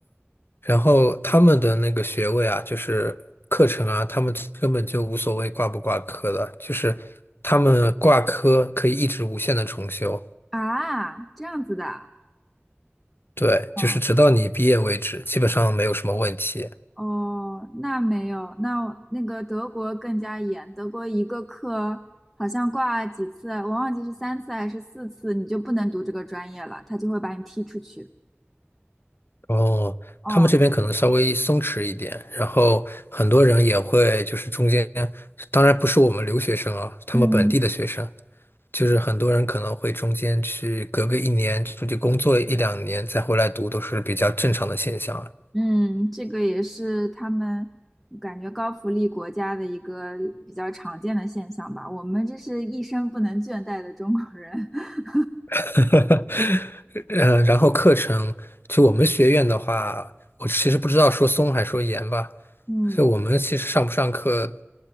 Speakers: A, on the left; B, in the centre.
A: 然后他们的那个学位啊，就是课程啊，他们根本就无所谓挂不挂科的，就是他们挂科可以一直无限的重修，
B: 啊？这样子的。
A: 对，
B: 哦。
A: 就是直到你毕业为止，基本上没有什么问题。
B: 哦，那没有，那那个德国更加严，德国一个课好像挂几次啊，我忘记是三次还是四次，你就不能读这个专业了，他就会把你踢出去。
A: 哦，
B: 哦，
A: 他们这边可能稍微松弛一点，然后很多人也会就是中间，当然不是我们留学生啊，他们本地的学生，
B: 嗯
A: 就是很多人可能会中间去隔个一年出去工作一两年再回来读，都是比较正常的现象。啊。
B: 嗯，这个也是他们感觉高福利国家的一个比较常见的现象吧。我们这是一生不能倦怠的中国人。<laughs>
A: <laughs> 呃，然后课程，就我们学院的话，我其实不知道说松还说严吧，
B: 嗯
A: 就我们其实上不上课，